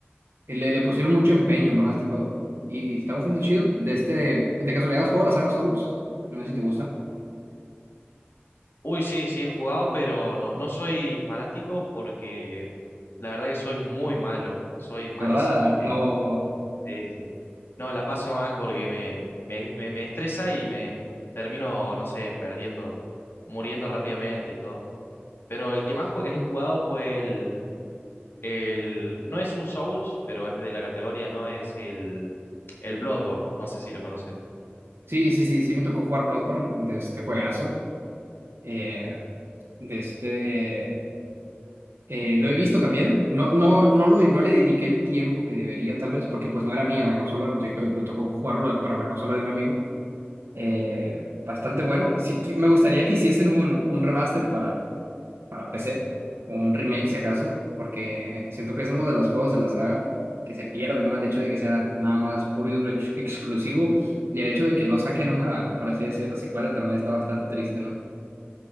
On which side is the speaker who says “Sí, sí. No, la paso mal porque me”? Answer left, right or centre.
Left